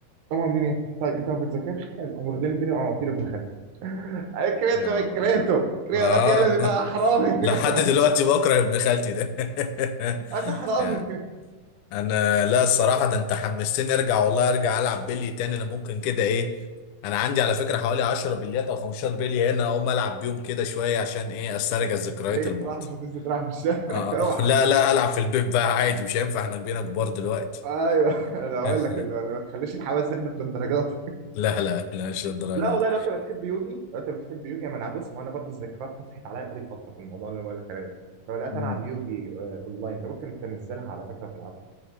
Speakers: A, on the right (about 80°); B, on the left (about 80°).
A: هم عاملين ايه؟ طيب انت ما بتذاكرش؟ حلو قاموا واخدين البلي وعواطير ابن خالتي <laughs> أنا كرهته
B: يا نهار
A: كرهته
B: ابيض
A: كرهته
B: اه
A: غطي قلبي ده
B: <laughs>
A: حرامي
B: لحد
A: <laughs>
B: دلوقتي بكره ابن خالتي ده
A: انت
B: <laughs>
A: حرامي
B: يعني انا لا الصراحه ده انت حمستني ارجع والله ارجع العب بلي تاني انا ممكن كده ايه انا عندي على فكره حوالي 10 بليات او 15 بلي هنا اقوم العب بيهم كده شويه عشان ايه استرجع ذكريات
A: بيت
B: الماضي
A: صح مش هتنزل تلعب في الشارع
B: اه
A: <laughs> اوعى
B: <laughs> لا لا العب في البيت بقى عادي مش هينفع احنا بقينا كبار دلوقتي
A: ايوه انا هقول
B: <laughs>
A: لك اللي- ما تخليش الحواس ياخدك للدرجات
B: لا لا لا مش للدرجه
A: لا والله
B: دي
A: لو انت بتحب يوجي لو انت بتحب يوجي ما انا بص ما انا برضه الذكريات طفحت عليا بقالي فتره في الموضوع اللي بقول لك عليه ده فبدات
B: مم.
A: العب يوجي آه، اونلاين انت ممكن تنزلها على فكره تلعبها